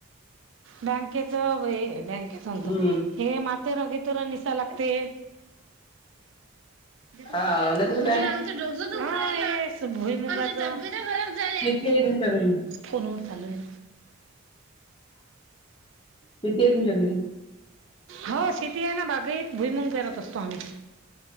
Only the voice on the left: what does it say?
हम्म
हा नाही तसं काय?
येते आहे तुमच्या घरी
कितीे आहे तुमच्या घरी?